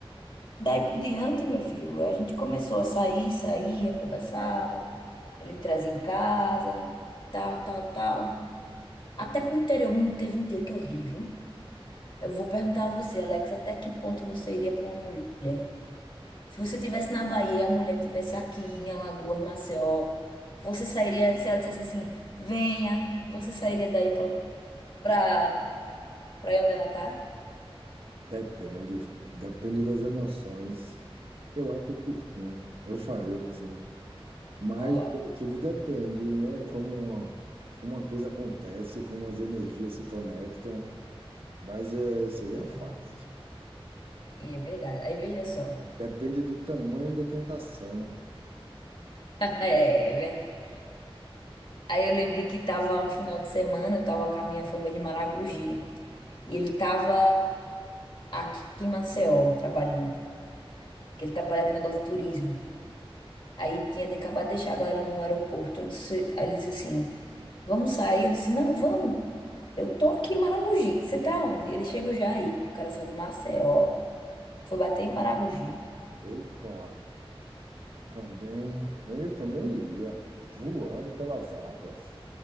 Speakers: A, on the left; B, on the right.
A: Daí por diante, meu filho, a gente começou a sair, saía, conversava. Ele me trazia em casa, tal, tal, tal. Até pro interior, menino, teve um dia que eu ri, viu? Eu vou perguntar a você, Alex, até que ponto você iria pra uma mulher? Se você tivesse na Bahia, a mulher tivesse aqui em Alagoas, Maceió, você sairia, se ela dissesse assim, venha, você sairia daí pra, pra, pra aí onde ela tá?
B: Depende, depende das emoções. Eu acho que sim, eu faria sim. Mas
A: Ó,
B: tudo depende, né? Como, como uma coisa acontece, como as energias se conectam. Mas é, seria
A: é verdade.
B: fácil.
A: E é verdade. Aí veja só.
B: Depende do tamanho da tentação.
A: <laughs> É, é verdade. Aí eu lembro que tava um final de semana, eu tava com a minha família em Maragogi. E ele tava aqui em Maceió, trabalhando. Que ele trabalha com negócio de turismo. Aí tinha de acabar de deixar a galera no aeroporto. Eu disse- aí ele disse assim: Vamos sair? Eu disse: Não, vamos. Eu tô aqui em Maragogi. Você tá onde? Ele chegou já aí. O cara saiu do Maceió, foi bater em Maragogi.
B: Eita, também. Eu também iria. Voando pelas águas.